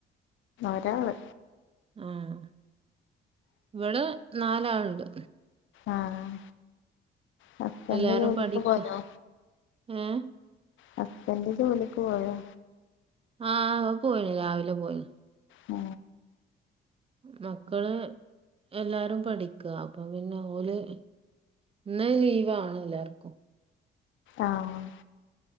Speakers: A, on the left; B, on the right.
A: ഒരാള്
B: ആഹ് ഇവിടെ നാലാളുണ്ട്
A: ആഹ് ഹസ്ബന്റ്
B: എല്ലാരും
A: ജോലിക്ക്
B: പഠിക്ക
A: പോയോ
B: ഏഹ്
A: ഹസ്ബന്റ് ജോലിക്ക് പോയോ
B: ആഹ് അഅ് പോയിണ് രാവിലെ പോയിണ്
A: ആ
B: മക്കള് എല്ലാരും പഠിക്ക അപ്പൊ പിന്നെ ഓല് ഇന്ന് ലീവാണ് എല്ലാർക്കും
A: ആഹ്